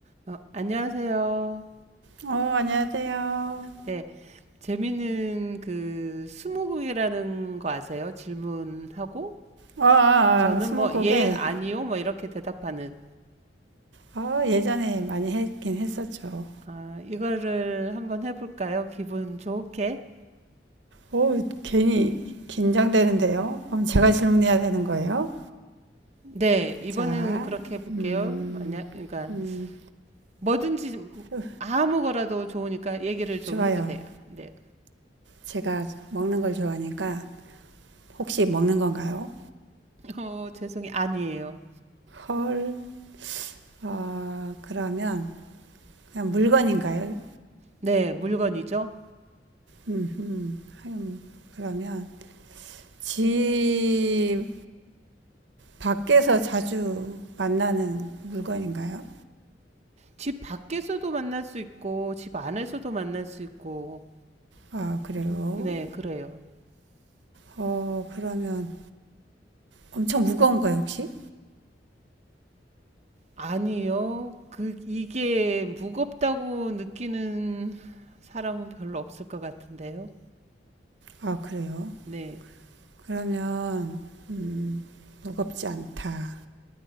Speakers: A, on the right; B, on the right.
A: 어, 안녕하세요.
B: 어, 안녕하세요.
A: 네, 재미있는 그 스무고개라는 거 아세요? 질문하고
B: 아, 아,
A: 저는
B: 아, 스무고개.
A: 뭐 예, 아니요 뭐 이렇게 대답하는
B: 아, 예전에 많이 했긴 했었죠.
A: 아, 이거를 한번 해볼까요? 기분 좋게.
B: 오, 괜히 긴장되는데요. 그럼 제가 질문해야 되는 거예요?
A: 네, 이번에는
B: 자,
A: 그렇게 해볼게요.
B: 음,
A: 만약 그러니까
B: 음,
A: 뭐든지
B: 으,
A: 아무 거라도 좋으니까 얘기를 좀
B: 좋아요.
A: 해주세요. 네,
B: 제가 먹는 걸 좋아하니까 혹시 먹는 건가요?
A: 어, 죄송해요. 아니에요.
B: 헐, 아, 그러면 그냥 물건인가요?
A: 네, 물건이죠.
B: 음, 음, 음, 그러면 집 밖에서 자주 만나는 물건인가요?
A: 집 밖에서도 만날 수 있고 집 안에서도 만날 수 있고
B: 아, 그래요?
A: 좀, 네, 그래요.
B: 어, 그러면 엄청 무거운 거예요, 혹시?
A: 아니요. 그, 이게 무겁다고 느끼는 사람은 별로 없을 것 같은데요.
B: 아, 그래요?
A: 네.
B: 그러면, 음, 무겁지 않다.